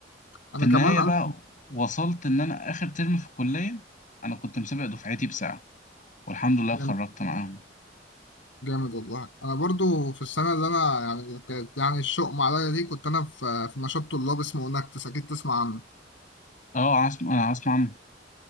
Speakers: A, on the left; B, on the left.
A: انا
B: في النهاية
A: كمان انا
B: بقى وصلت إن أنا آخر ترم في الكلية أنا كنت مسابق دفعتي بساعة والحمد لله اتخرجت
A: جامد
B: معاهم
A: جامد والله انا برضو في السنه اللي انا يعني كانت يعني الشؤم عليا دي كنت انا في في نشاط طلاب اسمه انكتس اكيد تسمع عنه
B: أه عاصم أنا عاصم عم